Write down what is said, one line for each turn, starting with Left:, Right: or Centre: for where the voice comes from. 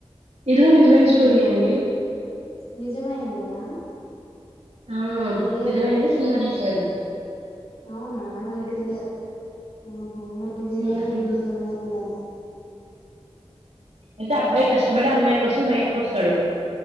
Right: ఇది కూడా నిజమైన
Left: హ
Right: స్టోరీయే అండి.
Left: నిజమైందేనా
Right: ఆ
Left: నాకు తెలియదు
Right: నిజమైంది సినిమా చుశారు
Left: అవునా నకు దెలియదు ఆహ నకు దెలియదు
Right: ఉమ్.
Left: నిజ మయందనే
Right: ఐతె అబ్బాయి కష్టపడి అమ్మాయి వసు బయటకి వస్తాడు